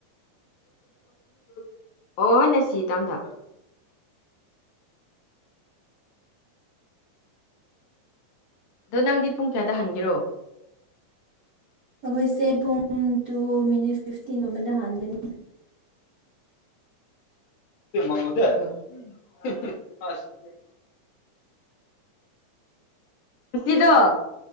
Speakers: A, on the left (about 80°); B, on the right (about 80°).
A: ꯎ ꯑꯣ ꯅꯁꯤ ꯇꯝꯗ ꯑꯗꯣ ꯅꯪꯗꯤ ꯄꯨꯡ ꯀꯌꯥꯗ ꯍꯟꯒꯦꯔꯣ
B: ꯑꯩꯈꯣꯏꯁꯦ ꯄꯨꯡ ꯇꯨ ꯃꯤꯅꯤꯠ ꯐꯤꯐꯇꯤꯟꯒꯨꯝꯕꯗ ꯍꯥꯟꯒꯅꯤ
A: ꯃꯉꯗ <unintelligible> ꯄꯨꯁꯤꯗꯣ